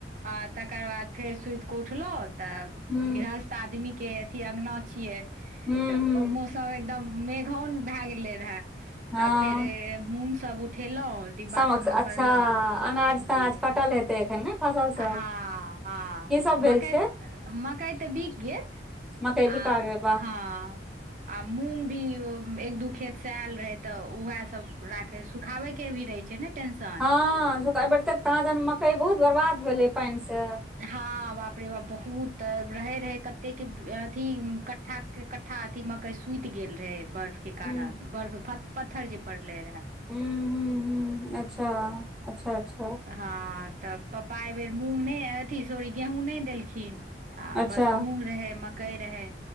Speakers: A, on the right (about 45°); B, in the centre.
A: आ तकर बाद फेर सुति क उठलो तऽ
B: हूँ
A: गृहस्थ आदमी केँ अथी अगना छिये
B: हूँ
A: त
B: हूँ
A: मौसम एकदम मेघौन भाए गेले रहे
B: हँ
A: तब फेर मूंग सभ उठेलहुँ डिब्बा
B: समक्ष
A: सबमे
B: अच्छा
A: करलहुँ
B: अनाज तनाज
A: जी
B: कटल हेतै एखन ने फसल
A: हँ
B: सब
A: हँ
B: की सब भेल
A: मकैय
B: छै
A: म कई तऽ बिक गेल
B: मकई
A: आ
B: बिका गेल बा
A: हँ आ मूँग भी एक दू खेतसँ आयल रहै तऽ उएहसभ राखै सुखाबयके भी रहै छै ने टेंशन
B: हँ झुका बर तक तहाँ तहन मकई बहुत बर्बाद भेलै पायन स
A: हँ बाप रे बाप बहुत रहै रहै कतेक अथी कट्ठा के कट्ठा अथी मकइ सुति गेल रहै बर्फ के कारण
B: हूँ
A: बर्फ पत्थर जे पड़लै रहए
B: हू हू हू अच्छा अच्छा अच्छा
A: हँ तऽ पप्पा एहिबेर मूँग नहि अथी सोरी गेहूँ नहि देलखिन आ
B: अच्छा
A: बस मूँग रहै मकई रहै